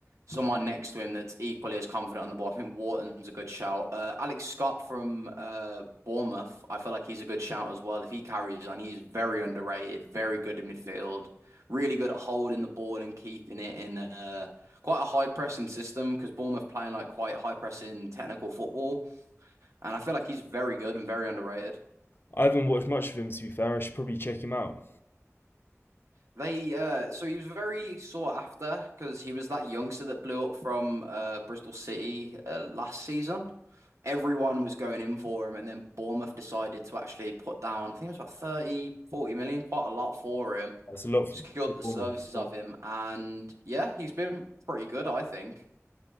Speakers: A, on the right; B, on the left.
A: someone next to him that's equally as confident on the ball. I think Wharton's a good shout. Uh, Alex Scott from uh, Bournemouth, I feel like he's a good shout as well. If he carries on, he's very underrated, very good in midfield, really good at holding the ball and keeping it in uh, quite a high pressing system because Bournemouth playing like quite high pressing technical football. And I feel like he's very good and very underrated.
B: I haven't watched much of him to be fair. I should probably check him out.
A: They uh so he was very sought after because he was that youngster that blew up from uh Bristol City uh, last season. Everyone was going in for him and then Bournemouth decided to actually put down I think it was about thirty, forty million, quite a lot for him.
B: That's a lot for
A: Secured
B: performance.
A: the services
B: So.
A: of him and yeah, he's been pretty good, I think.